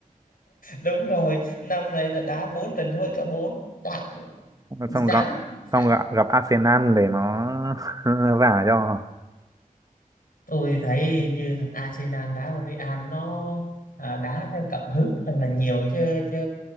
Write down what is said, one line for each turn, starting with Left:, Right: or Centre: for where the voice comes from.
Left: đúng rồi năm này là đá bốn trận thôi cả bốn Đã. Thì
Right: Xong
Left: chán
Right: gặp xong
Left: chán
Right: gặp, gặp Arsenal để nó <laughs> vả cho.
Left: tôi thấy như thằng Arsenal đá với Real nó à, đá theo cảm hứng thật là nhiều chứ chứ